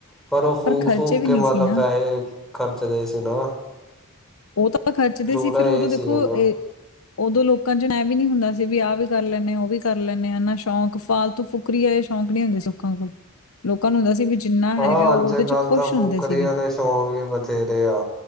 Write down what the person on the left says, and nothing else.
ਖਰਚੇ
ਵੀ
ਨਹੀਂ
ਸੀ ਨਾ
ਉਹ ਤਾਂ ਖਰਚਦੇ
ਸੀ। ਫਿਰ
ਉਦੋਂ
ਦੇਖੋ
ਇਹ ਉਦੋਂ ਲੋਕਾਂ ਚ ਐਂਵੀ ਨੀ ਹੁੰਦਾ ਸੀ। ਵੀ ਆਹ ਵੀ ਕਰ ਲੈੇਣੇ ਆ। ਉਹ ਵੀ ਕਰ ਲੈ। ਨਾ ਇਹਨਾਂ ਸ਼ੌਕ, ਫਾਲਤੂ ਫੁਕਰੀ ਆਲੇ ਸ਼ੌਕ ਨੀ ਹੁੰਦੇ ਸੀ, ਲੋਕਾਂ ਕੋਲ। ਲੋਕਾਂ ਨੂੰ ਹੁੰਦਾ ਸੀ ਵੀ ਜਿੰਨਾ
ਹੈਗਾ, ਉਹ
ਓਦੇ ਚ
ਖ਼ੁਸ਼
ਹੁੰਦੇ ਸੀਗੇ।